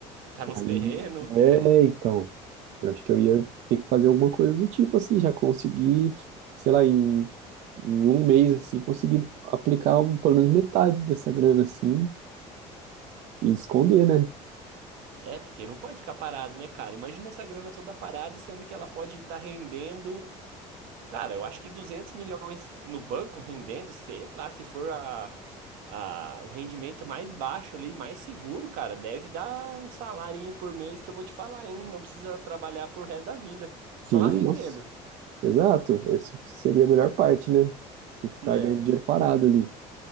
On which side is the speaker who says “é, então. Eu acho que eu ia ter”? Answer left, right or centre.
Right